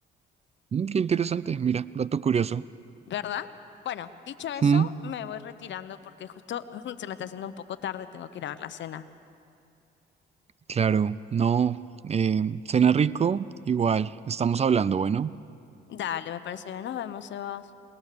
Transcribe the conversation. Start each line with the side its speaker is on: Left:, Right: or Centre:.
Right: Mm, qué interesante, mira, dato curioso.
Left: ¿verdad? Bueno, dicho eso,
Right: Mm,
Left: me voy retirando porque justo <laughs> se me está haciendo un poco tarde, tengo que ir a ver la cena.
Right: claro, no. em, cena rico, igual, estamos hablando, bueno.
Left: Dale, me parece bien, nos vemos, Sebas.